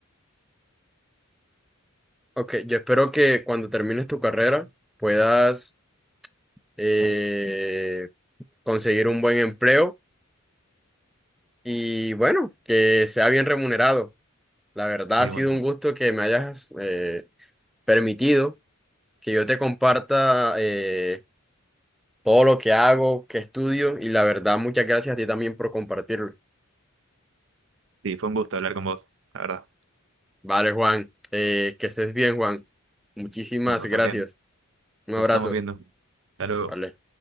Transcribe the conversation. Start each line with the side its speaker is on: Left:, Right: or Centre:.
Centre: ok, yo espero que cuando termines tu carrera puedas eh, conseguir un buen empleo y bueno, que sea bien remunerado. La verdad
Right: Y
Centre: ha sido
Right: bueno,
Centre: un gusto que me hayas eh, permitido que yo te comparta eh, todo lo que hago, que estudio y la verdad muchas gracias a ti también por compartirlo.
Right: sí, fue un gusto hablar con vos, la verdad.
Centre: Vale, Juan, eh, que estés bien, Juan. Muchísimas
Right: Con Vos
Centre: gracias.
Right: también.
Centre: Un abrazo.
Right: Nos estamos viendo. Hasta luego.
Centre: Vale.